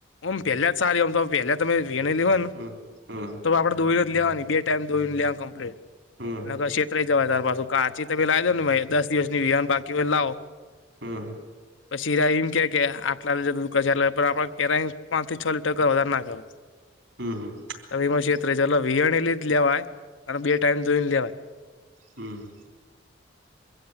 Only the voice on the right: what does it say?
હમ હમ
હમ
હમમ.
હમમ હમમ.
હમમ.